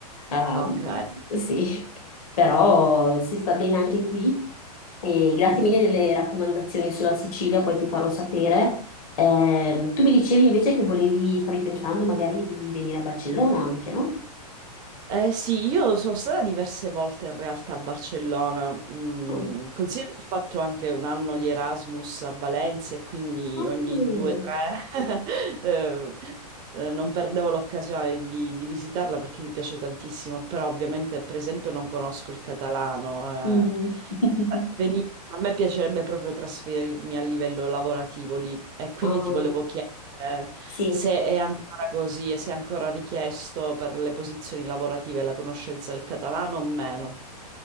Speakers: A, on the left; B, on the right.
A: Ehm,
B: ok.
A: sì, però si sta bene anche qui. E grazie
B: Mm.
A: mille delle raccomandazioni sulla Sicilia, poi ti farò sapere. Ehm, tu mi dicevi invece che volevi, stavi pensando magari di venire a Barcellona anche, no?
B: Eh sì, io sono stata diverse volte in realtà a Barcellona. Mm,
A: Oh.
B: considero che ho fatto anche un anno di Erasmus a Valencia e quindi
A: Mm.
B: ogni due o tre <laughs> eh, eh, non perdevo l'occasione di, di visitarla perché mi piace tantissimo, però ovviamente per esempio non conosco il catalano.
A: Mm. <laughs>
B: eh. A me piacerebbe proprio trasferirmi a livello lavorativo lì e quindi
A: Ah,
B: ti volevo chiedere
A: sì.
B: se è ancora così e se è ancora richiesto per le posizioni lavorative la conoscenza del catalano o meno.